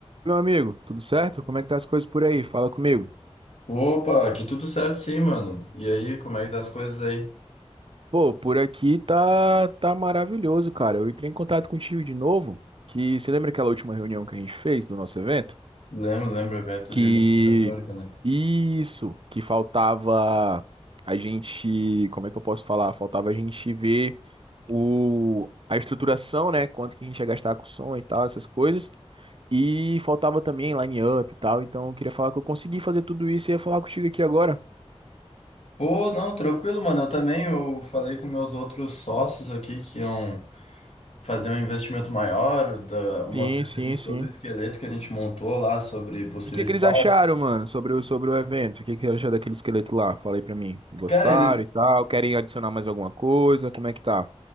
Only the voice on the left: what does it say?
Opa, aqui tudo certo sim, mano. E aí, como é que tá as coisas aí?
Lembro, lembro, evento
de música retórica, né?
Pô, não, tranquilo, mano. Eu também, eu falei com meus outros sócios aqui que iam fazer um investimento maior, da, mostrei
pra
eles
todo o esqueleto que a gente montou lá sobre possíveis
palcos.
Cara, eles,